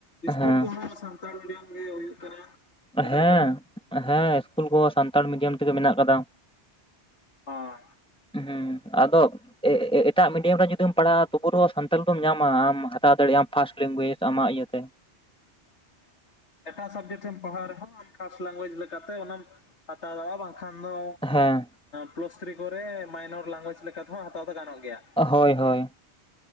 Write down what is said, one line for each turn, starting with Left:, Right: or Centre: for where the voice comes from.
Left: ᱤᱥᱠᱩᱞ
Centre: ᱦᱮᱸ
Left: ᱠᱚᱦᱚᱸ ᱱᱟᱜ ᱥᱟᱱᱛᱟᱲ ᱢᱤᱰᱤᱭᱟᱢ ᱜᱮ ᱦᱩᱭᱩᱜ ᱠᱟᱱᱟ ᱵᱳᱫᱷᱚᱭ
Centre: ᱦᱮᱸ ᱦᱮᱸ ᱤᱥᱠᱩᱞ ᱠᱚᱦᱚᱸ ᱥᱟᱱᱛᱟᱲ ᱢᱤᱰᱤᱭᱟᱢ ᱛᱮᱜᱮ ᱢᱮᱱᱟᱜ ᱠᱟᱫᱟ
Left: ᱦᱚᱸ
Centre: ᱦᱩᱸ ᱟᱫᱚ ᱮᱴᱟᱜ ᱢᱤᱰᱤᱭᱟᱢ ᱨᱮ ᱡᱩᱫᱤᱢ ᱯᱟᱲᱦᱟᱜᱼᱟ ᱛᱚᱵᱩ ᱨᱮᱦ ᱥᱟᱱᱛᱟᱲᱤ ᱫᱚᱢ ᱧᱟᱢᱟ ᱟᱢ ᱦᱟᱛᱟᱣ ᱫᱟᱲᱮᱭᱟᱜ ᱟᱢ ᱯᱷᱟᱥᱴ ᱞᱮᱝᱜᱩᱭᱮᱡᱽ ᱟᱢᱟᱜ ᱤᱭᱟᱹᱛᱮ
Left: ᱮᱴᱟᱜ ᱥᱟᱵᱡᱮᱠᱴ ᱨᱮᱢ ᱯᱟᱲᱦᱟᱣ ᱨᱮᱦᱚᱸ ᱟᱢ ᱯᱷᱟᱥᱴ ᱞᱮᱝᱜᱩᱭᱮᱡ ᱞᱮᱠᱟᱛᱮ ᱚᱱᱟᱢ ᱦᱟᱛᱟᱣ ᱫᱟᱲᱮᱭᱟᱜᱼᱟ ᱵᱟᱝ ᱠᱷᱟᱱ ᱫᱚ
Centre: ᱦᱮᱸ
Left: ᱯᱞᱟᱥ ᱛᱷᱨᱤ ᱠᱚᱨᱮ ᱢᱟᱭᱱᱚᱨ ᱞᱮᱝᱜᱩᱭᱮᱮᱡ ᱛᱮᱦᱚᱸ ᱦᱟᱛᱟᱣ ᱫᱚ ᱜᱟᱱᱚᱜ ᱜᱮᱭᱟ
Centre: ᱦᱳᱭ ᱦᱳᱭ